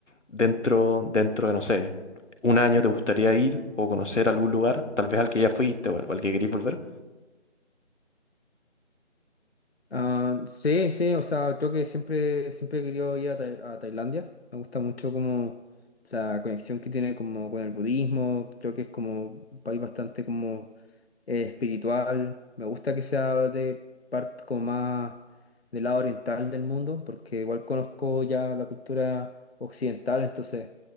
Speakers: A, on the left; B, on the left.
A: dentro, dentro de, no sé, un año te gustaría ir o conocer algún lugar, tal vez al que ya fuiste o al, o al que queréis volver.
B: Ah, sí, sí, o sea, creo que siempre, siempre he querido ir a, Tai- a Tailandia. Me gusta mucho como la conexión que tiene como con el budismo. Creo que es como un país bastante como eh, espiritual. Me gusta que sea de parte como más del lado oriental del mundo, porque igual conozco ya la cultura occidental, entonces